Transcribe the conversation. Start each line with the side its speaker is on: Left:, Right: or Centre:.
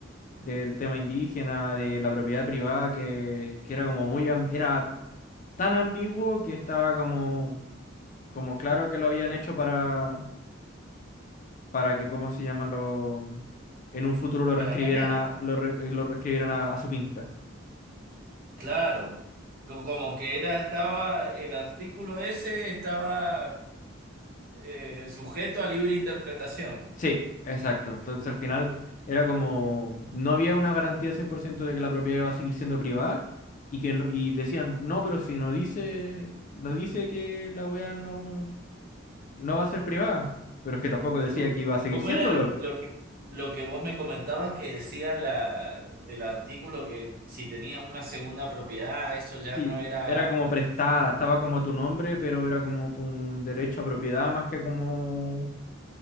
Left: del tema indígena, de la propiedad privada, que, que era como muy, am- era tan ambiguo que estaba como, como claro que lo habían hecho para, para que, ¿cómo se llaman? Lo, en un futuro lo
Right: Para
Left: reescribieran
Right: engañar.
Left: a, lo, re- lo reescribieran a, a su pinta.
Right: Claro. Co- Como que era, estaba, el artículo ese estaba eh, sujeto a libre interpretación.
Left: Sí, exacto. Entonces al final era como, no había una garantía 100% de que la propiedad iba a seguir siendo privada y que no- y decían, no, pero si no dice, no dice que la wea no, no va a ser privada, pero es que tampoco decía
Right: ¿Cómo
Left: que iba a seguir
Right: cómo
Left: siéndolo.
Right: era lo que, lo que, lo que vos me comentabas que decía la, el artículo que si tenías una segunda propiedad, eso ya
Left: Sí,
Right: no era...
Left: era como prestada, estaba como a tu nombre, pero era como por un derecho a propiedad más que como,